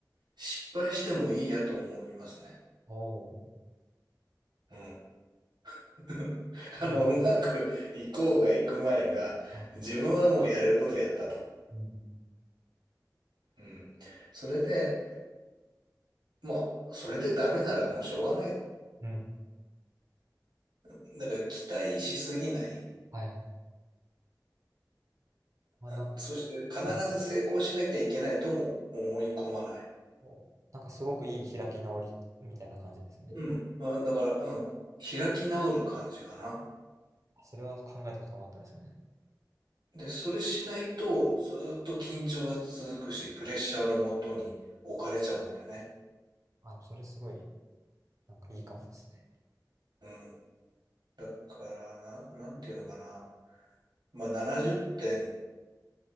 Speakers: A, on the right; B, on the right.
A: 失敗してもいいやと思いますね。
B: おお、
A: うん。<laughs>
B: なんだ、
A: あの、うまくいこうがいくまいが、
B: はい。
A: 自分はもうやれることをやったと。
B: うん、
A: うん。それで、まあ、それでダメならもうしょうがない。だ
B: うん、
A: から期待しすぎない。
B: はいはい。まあ、
A: あそして必ず成功しなきゃいけないとも思い込まない。
B: なんか、あおなんかすごくいい開き直りみたいな感じですね。
A: うん。まあだから、うん。開き直る感じかな。
B: あそれは考えたことなかったですね。
A: で、それしないと、ずーっと緊張は続くし、プレッシャーのもとに置かれちゃうんだよね。
B: あ、それすごい、なんかいいかもですね。
A: うん。だから、な、なんていうのかな。まあ、70点、